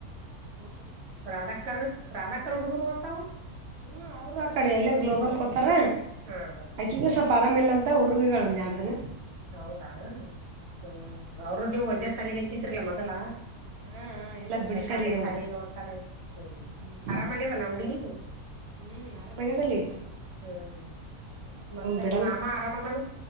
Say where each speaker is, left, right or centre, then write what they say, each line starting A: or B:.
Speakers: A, on the right; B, on the right.
A: ತ್ತ
B: ರಾಧಾಕರ್ ರಾಧಾಕರ ಉಡುಗುರುವತ
A: ಹ್ಮ ಅವರು ಆ ಕಡೆ ಎಲ್ಲೇ ಗ್ಲೋಬಲ್ ಕೊತಾರ
B: ಹಾ ಹಾ
A: ಅಕಿಗೆ ಸೊಲ್ಪ ಆರಾಮ ಇಲ್ಲ ಅಂತ ಊರಿಗೆ ಹೋಗಿದಾಳೆ
B: ಹೌದಾ ಹ ಅವರು ನೀವು ಒಂದೇ ಸಾಲಿಗೆಚ್ಚಿದ್ರಲ ಮೊದಲ
A: ಹಾ ಇಲ್ಲ ಬಿಡಿಸ್ಯಾರ
B: ಕಾದೇ
A: ಈಗ ಅವರು
B: ಸಾಲ ತಾರೆ ಹ್ಮ್
A: ಹ್ಮ್
B: ಆರಾಮಾಗ್ಯದಾನ ಹುಡುಗಿ
A: ಹ್ಮ್ ಆರಾಮಗ್ಯಾದಲ್ಲಿ
B: ಹ್ಮ್ ಮತ್ತೆ
A: ಬಿಡಲ್ಲ
B: ಮಾಮ ಆರಾಮದಾನ